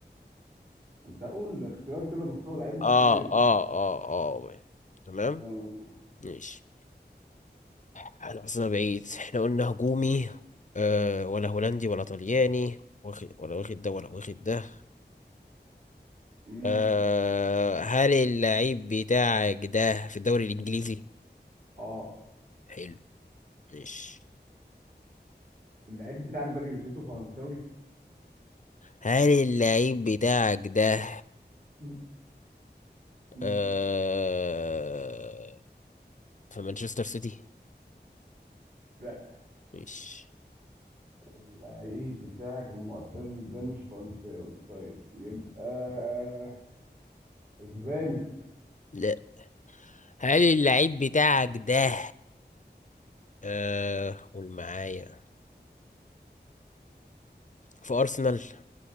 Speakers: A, on the right; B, on the left.
A: انت اقول اختيار كده مختار لعيب معتزل
B: اه اه اه اه تمام
A: تمام.
B: ماشي انا بس انا بعيد <laughs> احنا قلنا هجومي آه ولا هولندي ولا طلياني واخد ولا واخد ده ولا واخد ده
A: امم
B: آه هل اللعيب بتاعك ده في الدوري الانجليزي
A: اه
B: حلو ماشي
A: اللعيب بتاعك ده جنسيته فرنساوي
B: هل اللعيب بتاعك ده
A: مم. مم.
B: آه... في مانشستر سيتي
A: لا
B: مش
A: اللعيب بتاعك المعتزل ده مش فرنساوي طيب يبقى آه، اسباني
B: لا هل اللعيب بتاعك ده آه... قول معايا في أرسنال